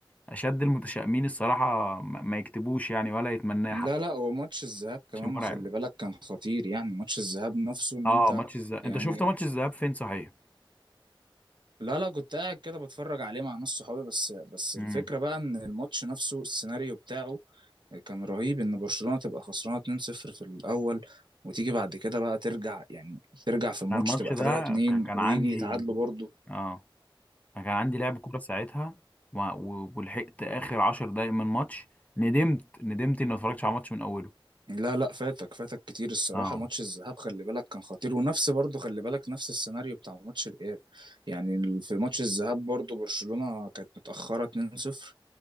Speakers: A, on the left; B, on the right.
A: اشد المتشائمين الصراحه ما ما يكتبوش يعني ولا يتمناه
B: لا
A: حد
B: لا وماتش الذهاب
A: ماتش
B: كمان
A: مرعب
B: خلي بالك كان خطير يعني ماتش الذهاب نفسه ان
A: اه
B: انت
A: ماتش الذهاب
B: يعني
A: انت شفت ماتش الذهاب فين صحيح
B: لا لا كنت قاعد كده بتفرج عليه مع ناس صحابي بس بس
A: امم
B: الفكرة بقى ان الماتش نفسه السيناريو بتاعه كان رهيب ان برشلونة تبقى خسرانة 2-0 في الاول وتيجي بعد كده بقى ترجع يعني ترجع في الماتش
A: انا الماتش
B: تبقى
A: ده
B: 3-2
A: ك- كان
B: ويجي
A: عندي
B: يتعادلوا برضه
A: اه أنا كان عندي لعب كوره ساعتها و- و- ولحقت اخر عشر دقايق من ماتش ندمت ندمت اني ما اتفرجتش على الماتش من اوله
B: لا لا فاتك فاتك كتير الصراحة
A: اه
B: ماتش الذهاب خلي بالك كان خطير ونفس برضه خلي بالك نفس السيناريو بتاع ماتش الإياب يعني ال- في ماتش الذهاب برضه برشلونة كانت متأخرة 2-0